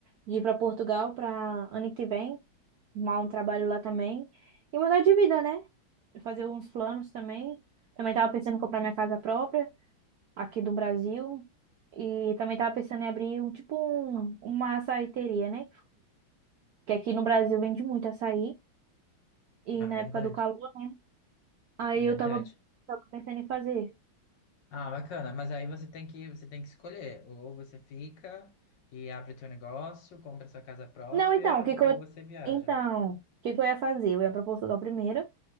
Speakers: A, on the right; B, on the left.
A: de ir pra Portugal pra ano que vem, arrumar um trabalho lá também e mudar de vida, né? Fazer uns planos também. Também tava pensando em comprar minha casa própria aqui do Brasil. E também tava pensando em abrir um tipo um, uma açaiteria, né? que aqui no Brasil vende muito açaí e
B: ah,
A: na
B: verdade,
A: época do calor, né? Aí
B: verdade.
A: eu tava, tava pensando em fazer.
B: Ah, bacana. Mas aí você tem que, você tem que escolher. Ou você fica e abre o teu negócio, compra sua casa própria,
A: Não, então, o que que
B: ou
A: eu
B: você viaja.
A: então, o que que eu ia fazer? Eu ia pra Portugal primeiro,